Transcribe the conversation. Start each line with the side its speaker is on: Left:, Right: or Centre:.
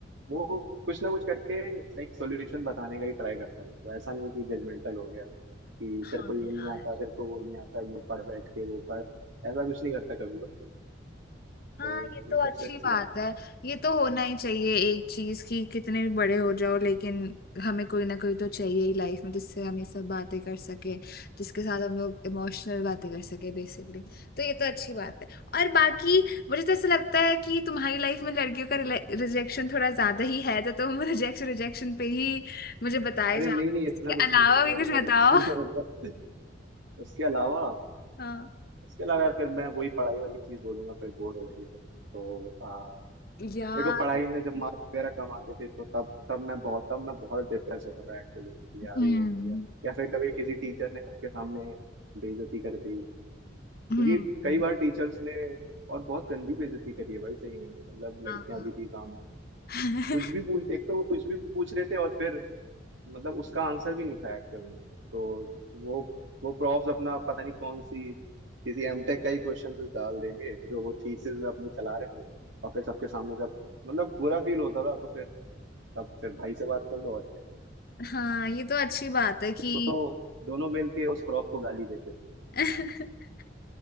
Right: वो कुछ ना कुछ करके एक सोल्यूशन बताने का ही ट्राई करता है तो ऐसा नहीं कि जजमेंटल हो गया कि तेरे
Left: हाँ
Right: को ये नहीं
Left: यार
Right: आता तेरे को वो नहीं आता ये पढ़ बैठ के वो पढ़ ऐसा कुछ नहीं करता कभी वो
Left: हाँ
Right: तो
Left: ये तो
Right: ये सबसे
Left: अच्छी
Right: अच्छी
Left: बात
Right: बात है
Left: है ये तो होना ही चाहिए एक चीज की कितने भी बड़े हो जाओ लेकिन हमें कोई ना कोई तो चाहिए ही लाइफ में जिससे हम ये सब बातें कर सके जिसके साथ हम लोग इमोशनल बातें कर सके बेसिकली तो ये तो अच्छी बात है और बाकी मुझे तो ऐसा लगता है कि तुम्हारी लाइफ में लड़कियों का रिजेक्शन थोड़ा ज्यादा ही है तो तुम रिजेक्शन रिजेक्शन पे ही मुझे बताए
Right: अरे
Left: जा
Right: नहीं नहीं इतना
Left: इसके
Right: कुछ
Left: अलावा
Right: नहीं है अरे
Left: भी कुछ
Right: ऐसा
Left: बताओ
Right: कुछ नहीं है मतलब उसके अलावा
Left: हाँ
Right: उसके अलावा यार फिर मैं वही पढ़ाई वाली चीज बोलूंगा फिर बोर हो जाएंगे तुम तो आ,
Left: यार
Right: देखो पढ़ाई में जब मार्क्स वगैरह कम आते थे तो तब तब मैं बहुत तब मैं बहुत डिप्रेस होता था एक्चुअली कि यार
Left: हम्म
Right: ये हो गया या फिर कभी किसी टीचर ने सबके सामने बेइज्जती कर दी
Left: हम्म
Right: क्योंकि कई बार टीचर्स ने और बहुत गंदी बेइज्जती करी है भाई सही में मतलब
Left: हाँ
Right: लड़कियां भी थी सामने
Left: <laughs>
Right: कुछ भी पूछ एक तो वो कुछ भी पूछ रहे थे और फिर मतलब उसका आंसर भी नहीं था एक्चुअल में तो वो वो प्रॉफ्स अपना पता नहीं कौन सी किसी एमटेक का ही क्वेश्चन कुछ डाल देंगे जो वो थीसिस में अपनी चला रहे हैं और फिर सबके सामने जब मतलब बुरा फील होता था तो फिर तब फिर भाई से बात कर लो और क्या
Left: हाँ ये तो अच्छी बात है कि
Right: तो दोनों मिल के उस प्रॉफ को गाली देते थे
Left: <laughs>